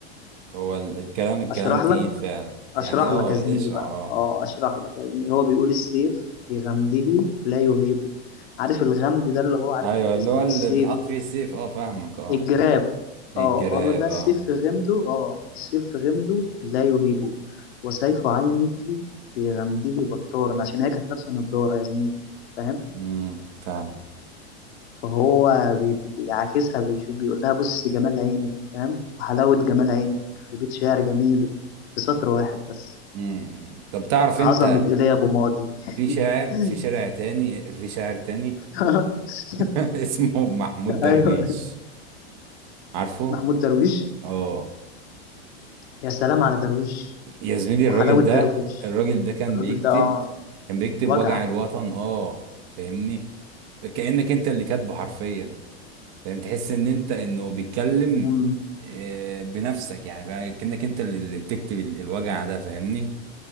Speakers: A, on the right (about 35°); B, on the left (about 70°).
A: هو ال- الكلام الكلام
B: اشرح
A: تقيل
B: لك
A: فعلا يعني
B: اشرح
A: اه
B: لك يا زميلي
A: اشرح
B: بقى
A: اه
B: اه اشرح لك يا زميلي هو بيقول السيف في غمده لا يهيبه عارف الغمد ده اللي هو عارف
A: ايوه
B: انت يا
A: اللي
B: زميلي
A: هو اللي
B: السيف
A: بيتحط فيه السيف اه فاهمك اه
B: الجراب
A: إيه
B: اه
A: الجلاب
B: فهو بيقول لها
A: اه
B: السيف في غمده اه السيف في غمده لا يهيبه وسيف عينك في غمده بطارا عشان هي كانت لابسه نضاره يا زميلي فاهم
A: امم فاهم
B: فهو بي- بي- بيعاكسها بيشوف بيقول لها بص جمال عينك فاهم وحلاوة جمال عينك في بيت شعر جميل في سطر واحد بس
A: مم. طب تعرف
B: عظمة
A: انت
B: إيليا أبو ماضي <laughs>
A: في شاعر في شارع تاني في شاعر تاني
B: <laughs>
A: <laughs> اسمه محمود درويش
B: ايوه
A: عارفه
B: محمود درويش
A: اه
B: يا سلام على درويش
A: يا زميلي
B: وحلاوة
A: الراجل
B: درويش
A: ده الراجل ده كان
B: الراجل
A: بيكتب
B: ده اه
A: كان بيكتب
B: وجع
A: وجع الوطن اه فاهمني كأنك انت اللي كاتبه حرفيا فاهم تحس ان انت انه بيتكلم
B: مم.
A: آه، بنفسك يعني فاهم؟ كأنك انت اللي اللي بتكتب ال- الوجع ده فاهمني